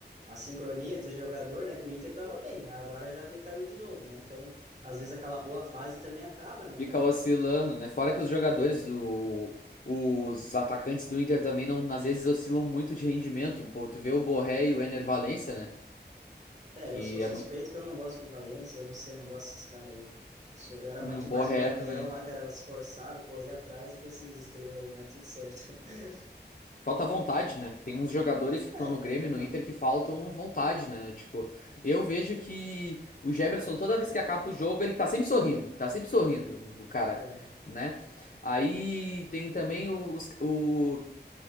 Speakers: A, on the right (about 40°); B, on the left (about 55°).
A: a sincronia entre o jogador, né, que o Inter tava bem, agora já decaiu de novo, né, então, às vezes aquela boa fase também acaba, né, meu?
B: Fica oscilando, né? Fora que os jogadores, o... os atacantes do Inter também, não, às vezes, oscilam muito de rendimento. Pô, Tu vê o Borré e o Ener Valencia, né?
A: É,
B: Que
A: eu sou suspeito
B: é muito.
A: que eu não gosto do Valência, eu não sei, eu não gosto desses caras aí. Eu sou, eu era
B: No
A: muito
B: Borré
A: mais um Damião
B: também.
A: lá, que era esforçado, corria atrás do que esses estrelas aí, mas tudo certo. <laughs>
B: Falta vontade, né? Tem uns jogadores
A: É,
B: que estão no Grêmio,
A: normal.
B: e no Inter, que faltam vontade, né? Tipo, eu vejo que o Gemerson, toda vez que acaba o jogo, ele tá sempre sorrindo, tá sempre sorrindo, o cara,
A: É.
B: né? Aí tem também os, o,